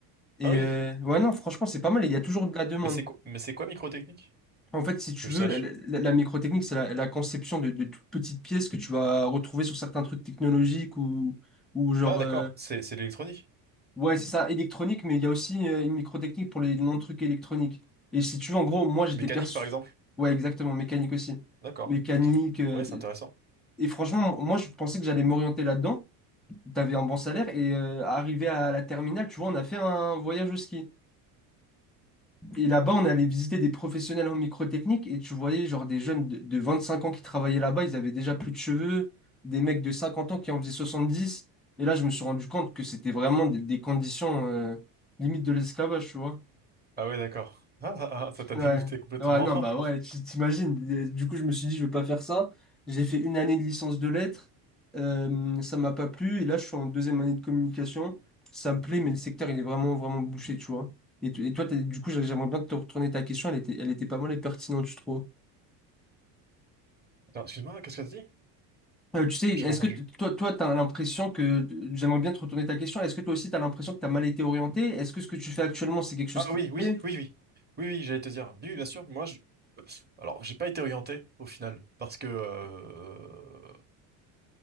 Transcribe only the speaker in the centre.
Et
euh, ouais, non, franchement, c'est pas mal. et Il y a toujours de la demande.
En fait, si tu
veux,
la, la- la microtechnique, c'est la, la conception de, de toutes petites pièces que tu vas retrouver sur certains trucs technologiques ou, ou genre.
euh,
ouais, c'est ça, électronique, mais il y a aussi euh, une microtechnique pour les non-trucs électroniques. Et si tu veux, en gros, moi, j'étais
perçu.
Ouais, exactement, mécanique aussi.
Mécanique.
euh,
et franchement, moi, je pensais que j'allais m'orienter là-dedans. t'avais un bon salaire et euh, arrivé à la terminale, tu vois, on a fait un voyage au ski. Et là-bas, on allait visiter des professionnels en microtechnique et tu voyais genre des jeunes de, de 25 ans qui travaillaient là-bas, ils avaient déjà plus de cheveux, des mecs de 50 ans qui en faisaient 70. Et là, je me suis rendu compte que c'était vraiment des, des conditions euh, limite de l'esclavage, tu vois.
Ouais,
ouais, non,
bah ouais, tu- t'imagines. Et Du coup, je me suis dit, je vais pas faire ça. J'ai fait une année de licence de lettres. Euh, ça m'a pas plu. Et là, je suis en deuxième année de communication. Ça me plaît, mais le secteur, il est vraiment, vraiment bouché, tu vois. Et, tu- et toi, t'as- du coup, j'aimerais bien te retourner ta question. Elle était, elle était pas mal et pertinente, je trouve.
Euh, tu sais, est-ce
que t- toi, toi, t'as l'impression que j'aimerais bien te retourner ta question. Est-ce que toi aussi, t'as l'impression que t'as mal été orienté? Est-ce que ce que tu fais actuellement, c'est quelque chose
qui
te
plaît?